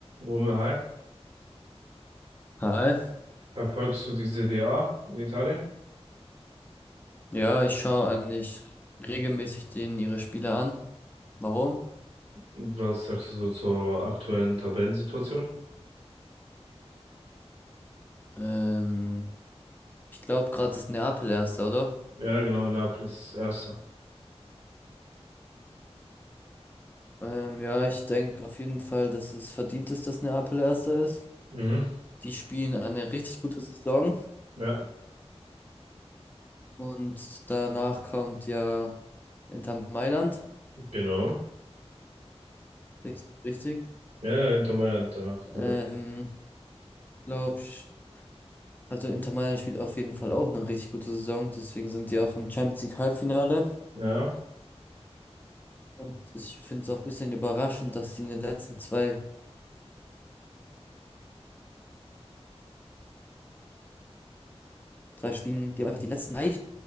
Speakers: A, on the right; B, on the left.
A: Romeo, hi,
B: Hi.
A: verfolgst du die Serie A in Italien?
B: Ja, ich schaue eigentlich regelmäßig denen ihre Spiele an. Warum?
A: Und Was sagst du so zur aktuellen Tabellensituation?
B: Ähm, ich glaube, gerade ist Neapel Erster, oder?
A: Ja, genau, Neapel ist Erster.
B: Ähm, ja, ich denke auf jeden Fall, dass es verdient ist, dass Neapel Erster ist.
A: Mhm.
B: Die spielen eine richtig gute Saison
A: Ja,
B: und danach kommt ja Inter Mailand.
A: genau.
B: Richtig. richtig.
A: Ja, Inter Mailand danach
B: Ähm,
A: wieder.
B: glaub, sch- also Inter Mailand spielt auf jeden Fall auch eine richtig gute Saison, deswegen sind die auch im Champions League Halbfinale.
A: Ja,
B: Und ich finde es auch ein bisschen überraschend, dass die in den letzten zwei, drei Spielen, die haben einfach die letzten drei,